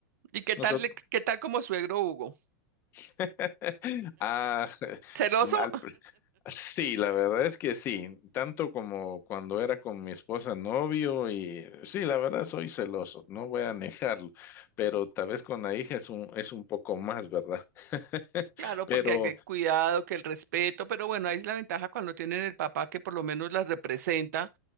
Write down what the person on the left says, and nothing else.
Nosotros,
<laughs> ah, <laughs>
al pr- sí, la verdad es que sí, tanto como cuando era con mi esposa novio y sí, la verdad soy celoso, no voy a negarlo, pero tal vez con la hija es un, es un poco más, ¿verdad? <laughs>
Pero